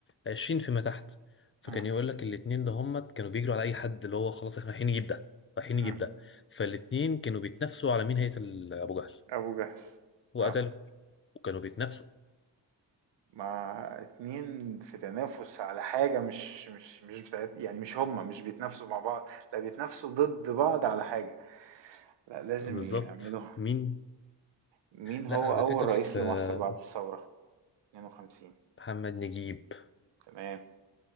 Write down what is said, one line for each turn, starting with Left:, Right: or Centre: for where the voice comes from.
Left: عشرين فيما تحت فكان
Right: إمم،
Left: يقول لك الاتنين ده هم كانوا بيجروا على اي حد اللي هو خلاص احنا رايحين نجيب ده رايحين
Right: إمم.
Left: نجيب ده فالاتنين كانوا بيتنافسوا على مين هيقتل ابو جهل
Right: أبو جهل.
Left: وقتلوا
Right: آه.
Left: وكانوا بيتنافسوا
Right: ما 2 في تنافس على حاجة مش مش مش بتاعت يعني مش هُم، مش بيتنافسوا مع بعض، لأ بيتنافسوا ضد بعض على حاجة. لأ لازم
Left: بالظبط
Right: يعملوا
Left: مين
Right: مين هو
Left: لا على
Right: أول
Left: فكرة
Right: رئيس
Left: في
Right: لمصر
Left: آه،
Right: بعد الثورة؟ 52
Left: محمد نجيب
Right: تمام.